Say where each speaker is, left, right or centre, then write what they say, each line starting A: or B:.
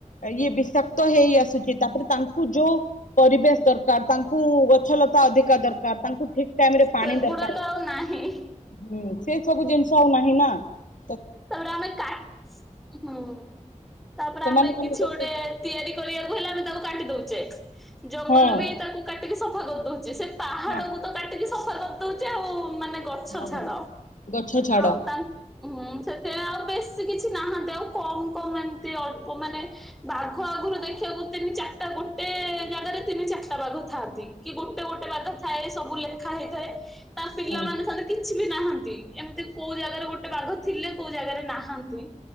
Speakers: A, on the left (about 80°); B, in the centre.
A: ଇଏ ବିଷାକ୍ତ ହେଇ ଆସୁଛି ତାପରେ ତାଙ୍କୁ ଯୋଉ ପରିବେଶ ଦରକାର ତାଙ୍କୁ ଗଛଲତା ଅଧିକା ଦରକାର ତାଙ୍କୁ ଠିକ ଟାଇମ ରେ ପାଣି
B: ସେଗୁଡା
A: ଦରକାର
B: ତ ଆଉ ନାହିଁ।
A: ହୁଁ ସେ ସବୁ ଜିନିଷ ଆଉ ନାହିଁ ନା। ହଁ।
B: ତାପରେ ଆମେ ହୁଁ ତାପରେ
A: ସେମାନେ
B: ଆମେ
A: ମାନେ
B: କିଛି ଗୋଟେ ତିଆରି କରିବାକୁ ହେଲେ ଆମେ ତାକୁ କାଟି ଦଉଛେ। ଜଙ୍ଗଲ
A: ହଁ
B: ବି ତାକୁ କାଟିକି ସଫା କରିଦଉଚେ ସେ ପାହାଡକୁ
A: ହଁ।
B: ତ କାଟିକି ସଫା କରିଦଉଚେ ଆଉ। ମାନେ ଗଛ
A: ହଁ
B: ଛାଡ
A: ଗଛ ଛାଡ
B: ଆଉ ତା ହୁଁ ସେ ସେ ଆଉ ବେଶୀ କିଛି ନାହାନ୍ତି ଆଉ କମ କମ ଏମିତି ଅଳ୍ପ ମାନେ ବାଘ ଆଗରୁ ଦେଖିବାକୁ ତିନି ଚାରିଟା ଗୋଟେ ଜାଗାରେ ତିନି ଚାରିଟା ବାଘ ଥାଆନ୍ତି। କି ଗୋଟେ ଗୋଟେ ବାଘ ଥାଏ। ସବୁ ଲେଖା ହେଇଥାଏ। ତା ପିଲା
A: ହୁଁ
B: ମାନେ <unintelligible> କିଛି। ବି ନାହାନ୍ତି ଏମିତି କୋଉ ଜାଗାରେ ଗୋଟେ ବାଘ ଥିଲେ। କୋଉ ଜାଗାରେ ନାହାନ୍ତି।